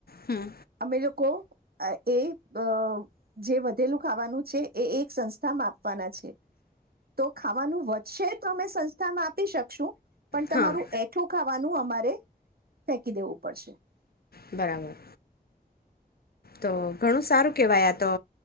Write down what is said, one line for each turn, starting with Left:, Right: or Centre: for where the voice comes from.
Left: હમ
Right: અમે લોકો એ અ જે વધેલું ખાવાનું છે એ એક સંસ્થામાં આપવાના છે. તો ખાવાનું વધશે તો અમે સંસ્થામાં આપી શકશું. પણ તમારું
Left: હા
Right: એઠું ખાવાનું અમારે ફેંકી દેવું પડશે.
Left: બરાબર. તો ઘણું સારું કહેવાય આ તો